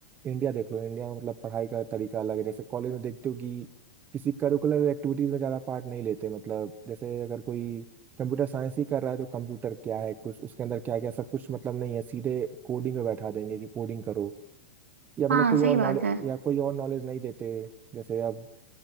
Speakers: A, on the right (about 25°); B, on the right (about 80°).
A: इंडिया देख लो इंडिया में मतलब पढ़ाई का तरीका अलग है जैसे कॉलेज में देखते हो कि किसी करिकुलर एक्टिविटीज में ज़्यादा पार्ट नहीं लेते मतलब जैसे अगर कोई कंप्यूटर साइंस ही कर रहा है तो कंप्यूटर क्या है कुछ उसके अंदर क्या क्या सब कुछ मतलब नहीं है सीधे कोडिंग में बैठा देंगे कि कोडिंग करो या मतलब
B: हाँ
A: कोई
B: सही
A: और नॉलेज
B: बात है
A: या कोई और नॉलेज नहीं देते जैसे अब